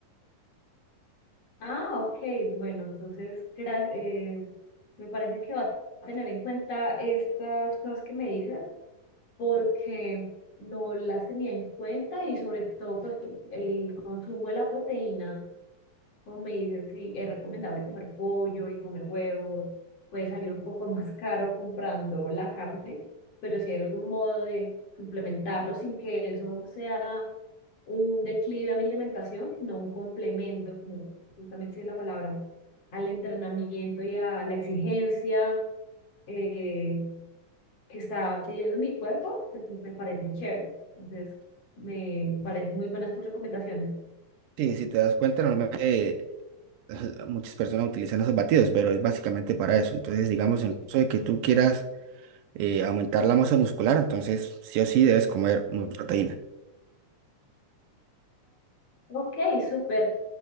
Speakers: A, on the left; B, on the right.
A: Ah, ok, bueno, entonces gra- eh, me parece que va a tener en cuenta estas cosas que me dices porque no las tenía en cuenta y sobre todo pues el consumo de la proteína, como me dicen, sí, es recomendable comer pollo y comer huevos, puede salir un poco <laughs> más caro comprando la carne, pero si hay algún modo de suplementarlo sin que eso sea un declive a mi alimentación, sino un complemento, como justamente es la palabra, al entrenamiento y a la exigencia. eh, que está pidiendo mi cuerpo, pues me parece chévere. Entonces, me parecen muy buenas tus recomendaciones.
B: Sí, si te das cuenta, normalmente eh, muchas personas utilizan esos batidos, pero es básicamente para eso. Entonces, digamos, en caso de que tú quieras eh, aumentar la masa muscular, entonces sí o sí debes comer mucha proteína.
A: Ok, súper.